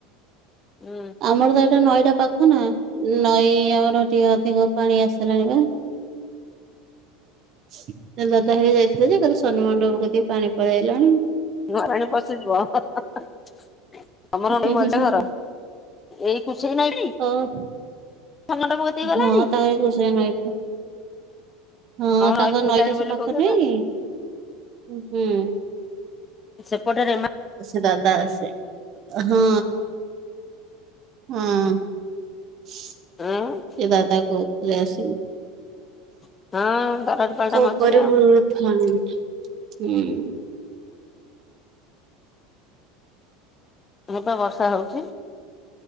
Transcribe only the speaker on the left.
ହୁଁ।
<unintelligible>
ଘର। ଏଇ। <unintelligible>
ସଙ୍କଟ ପକେଇ ଗଲାଣି
ନଈ ପୁରିଲାଣି
ବୋଲି
କହୁଥିଲେ
ପା
ସେପଟେ ରେ ମା
ଅଁ।
ହଁ। <unintelligible>
ଆଉ
ହଁ ପା ବର୍ଷା ହଉଚି।